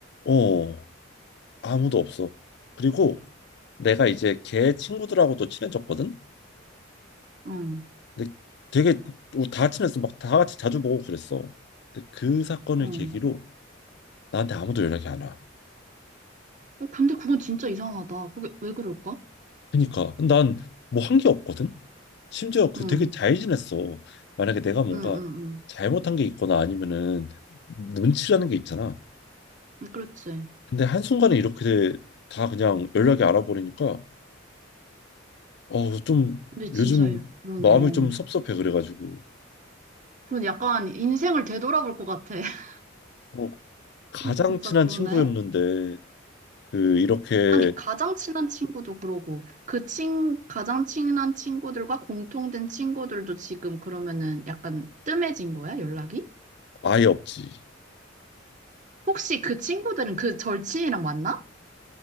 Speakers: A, on the left; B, on the right.
A: 어, 아무도 없어. 그리고 내가 이제 걔 친구들하고도 친해졌거든?
B: 응,
A: 근데 되게 우다 친했어 막 다 같이 자주 보고 그랬어. 근데 그 사건을
B: 응.
A: 계기로 나한테 아무도 연락이 안 와.
B: 어, 근데 그건 진짜 이상하다. 그게 왜 그럴까?
A: 그러니까 난 뭐 한 게 없거든. 심지어 그
B: 응,
A: 되게 잘 지냈어. 만약에 내가 뭔가
B: 응, 응,
A: 잘못한 게 있거나 아니면은 눈치라는 게 있잖아.
B: 응. 그렇지.
A: 근데 한순간에 이렇게 다 그냥 연락이 알아버리니까 어 좀
B: 근데 진짜
A: 요즘
B: 그러네.
A: 마음이 좀 섭섭해 그래가지고
B: 그런 약간 인생을 되돌아볼 것 같아. <laughs>
A: 어, 가장
B: 음, 진짜
A: 친한
B: 그러네.
A: 친구였는데 그 이렇게
B: 아니, 가장 친한 친구도 그러고, 그 친, 가장 친한 친구들과 공통된 친구들도 지금 그러면은 약간 뜸해진 거야, 연락이?
A: 아예 없지.
B: 혹시 그 친구들은 그 절친이랑 만나?